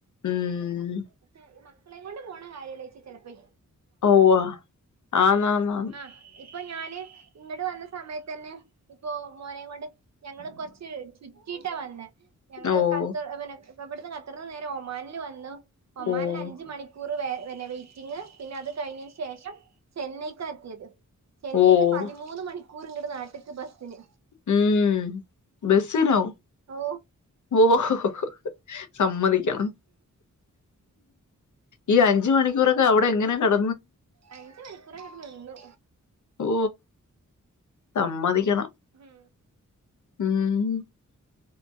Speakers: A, on the left; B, on the right.
A: ഉം
B: മ് പക്ഷെ ഈ മക്ക ക്കളേം കൊണ്ട് പോണ കാര്യം ആലോയ്ച്ച ചെലപ്പേ
A: ഒവ്വാ ആന്ന് ആന്ന് ആ
B: ആ ഇപ്പൊ ഞാന് ഇങ്ങട് വന്ന സമയത്തന്നെ ഇപ്പൊ മോനേം കൊണ്ട് ഞങ്ങള് കൊറച്ച് ചുറ്റീട്ട വന്നേ ഞങ്ങള്
A: ഓഹ്
B: കത്ത് ഇവന്ക് ഇപ്പ ഇവിടുന്ന് ഖത്തർന്ന് നേരെ ഒമാനില് വന്നു ഒമാനില്
A: ഓഹ്
B: അഞ്ചു മണിക്കൂറ് വേ പിന്നെ വെയിറ്റിങ്ങ് പിന്നെ അത് കഴിഞ്ഞീന് ശേഷം ചെന്നൈക്ക് എത്തിയത്. ചെന്നൈയിന്ന്
A: ഓഹ്
B: പതിമൂന്ന് മണി ക്കൂറ് ഇങ്ങട്ട് നാട്ട്ക്ക് ബസ്സിന്
A: ഉം ബസ്സിലോ
B: ഓ
A: <unintelligible> സമ്മതിക്കണം ഈ അഞ്ച് മണിക്കൂറൊക്കെ അവടെ എങ്ങനെ കെട
B: അഞ്ച് മണിക്കൂറങ്ങട്ട് നിന്നു
A: ഓ സമ്മതിക്കണം
B: മ്
A: ഉം